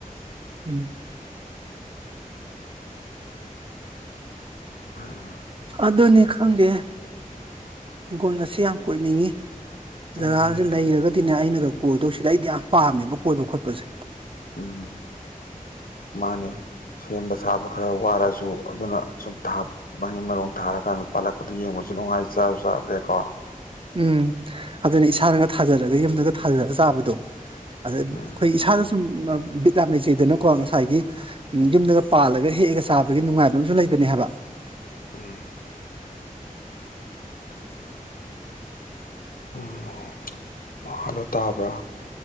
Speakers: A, on the right; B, on the left.
A: ꯎꯝ
B: ꯎꯝ
A: ꯑꯗꯨꯅꯤ ꯈꯪꯗꯦ ꯍꯤꯡꯒꯣꯟꯜ ꯉ ꯑꯁꯤ ꯌꯥꯝ ꯀꯣꯏꯅꯤꯡꯉꯤ
B: ꯎꯝ
A: ꯖꯒꯥꯁꯤ ꯂꯩꯔꯒꯗꯤꯅꯦ ꯑꯩꯅ ꯀꯛ ꯀꯣꯏꯗꯧꯁꯤꯗ ꯑꯩꯗꯤ ꯌꯥꯝ ꯄꯥꯝꯃꯦꯕ ꯀꯣꯏꯕ ꯈꯣꯠꯄꯁꯦ
B: ꯎꯝ ꯃꯥꯅꯤ ꯁꯦꯝꯕ ꯁꯥꯕ ꯈꯔ ꯋꯥꯔꯁꯨ ꯑꯗꯨꯅ ꯁꯨꯝ ꯊ ꯃꯍꯩ ꯃꯔꯣꯡ ꯊꯥꯔꯛ ꯀꯥꯟꯗ ꯄꯥꯜꯂꯛꯄꯗ ꯌꯦꯡꯕꯁꯨ ꯅꯨꯡꯉꯥꯏ ꯆꯥꯕ ꯆꯥꯕ꯭ꯔꯦ ꯀꯣ
A: ꯎꯝ ꯑꯗꯨꯅ ꯏꯁꯥꯅꯒ ꯊꯥꯖꯔꯒ ꯌꯨꯝꯗꯒ ꯊꯥꯖꯔꯒ ꯆꯥꯕꯗꯣ ꯑꯗꯩ ꯑꯩꯈꯣꯏ
B: ꯎꯝ
A: ꯏꯁꯥꯗ ꯁꯨꯝ ꯕꯤꯠ ꯌꯥꯝ ꯂꯩꯖꯩꯗꯅꯀꯣ ꯉꯁꯥꯏꯒꯤ ꯌꯨꯝꯗꯒ ꯄꯥꯜꯂꯒ ꯍꯦꯛꯑꯒ ꯆꯥꯕꯒꯤ ꯅꯨꯡꯉꯥꯏꯕ ꯑꯃꯁꯨ ꯂꯩꯕꯅꯦ ꯍꯥꯏꯕ
B: ꯎꯝ ꯎꯝ ꯍꯜꯂꯣ ꯇꯥꯕ꯭ꯔꯥ